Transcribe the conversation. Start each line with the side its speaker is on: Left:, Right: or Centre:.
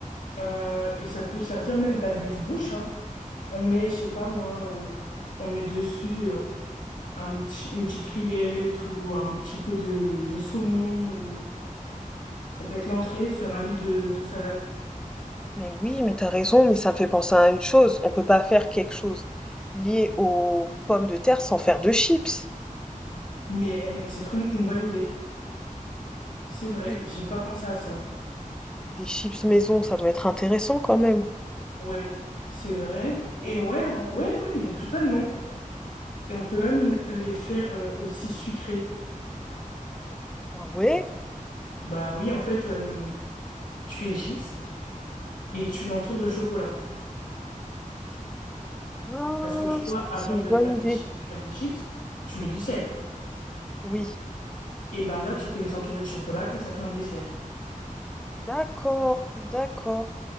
Left: Euh, et ça peut servir même d'abuse-bouche, hein. On met, je sais pas moi, euh, on met dessus euh, un petit, une petite rillette ou un petit peu de, de saumon ou ça peut être l'entrée sur un lit de, de salade.
Centre: Mais oui, mais t'as raison, mais ça me fait penser à une chose, on peut pas faire quelque chose lié aux pommes de terre sans faire de chips.
Left: Mais, mais c'est trop une une bonne idée. C'est vrai,
Centre: Plus
Left: j'ai pas pensé à ça.
Centre: Des chips maison, ça doit être intéressant quand même.
Left: Ouais, c'est vrai. Et ouais, on- ouais, ouais, mais totalement. Et on peut même les faire euh, aussi sucrés.
Centre: Ah ouais?
Left: Bah oui, en fait, euh, tu fais une chips et tu l'entoures de chocolat.
Centre: Ah,
Left: Parce que tu vois, avant
Centre: c'est une
Left: de
Centre: bonne
Left: faire tes,
Centre: idée.
Left: chi- de faire tes chips, tu mets du sel.
Centre: Oui,
Left: Et ben là, tu peux les entourer de chocolat et ça fait un dessert.
Centre: d'accord, d'accord.